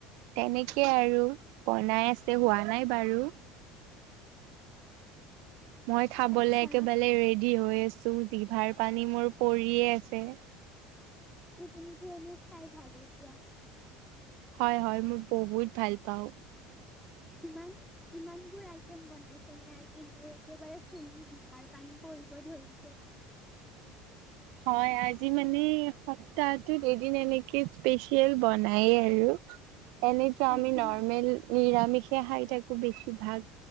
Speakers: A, on the right; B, in the centre.
A: তেনেকে আৰু বনাই আছে হোৱা নাই বাৰু। মই খাবলৈ
B: আচ্ছা
A: একেবাৰে ৰেডি হৈ আছো জিভাৰ পানী মোৰ পৰিয়ে আছে।
B: তুমি তো এনেও খাই ভালেই পোৱা।
A: হয় হয় মই বহুত ভাল পাওঁ।
B: ইমান ইমান বোৰ আইটেম বনাইছেনে আজি মোৰ একেবাৰে শুনি জিভাৰ পানী পৰিব ধৰিছে।
A: হয় আজি মানে সপ্তাহটোত এদিন এনেকে স্পেচিয়েল বনায়েই আৰু। এনেতো
B: তাকেই
A: আমি নৰ্মেল নিৰামিষে খাই থাকো বেছিভাগ।